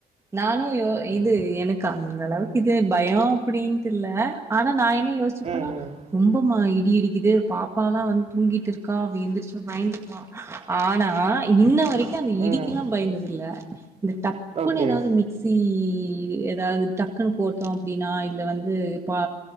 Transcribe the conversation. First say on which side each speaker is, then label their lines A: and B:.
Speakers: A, on the right; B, on the right.
A: நானு யோ
B: ம்.
A: இது எனக்கு அந்த அளவுக் இது பயோ அப்டின்ட்டு இல்ல ஆனா நா என்ன யோசிப்பனா
B: ம், ம்,
A: ரொம்ப மா இடி இடிக்குது பாப்பால்லா வந்து தூங்கிட் இருக்கா அவ எந்திரிச்சா பயந்துடுவா ஆனா இன்ன வரைக் கு அந்த இடிக்க
B: ம்.
A: எல்லா பயந்தது இல்ல இந்த டப்புனு
B: ஓகே.
A: ஏதாவது மிக் சீ ஏதாவது டக்குனு போட்டோ அப்டினா இல்ல வந்து பா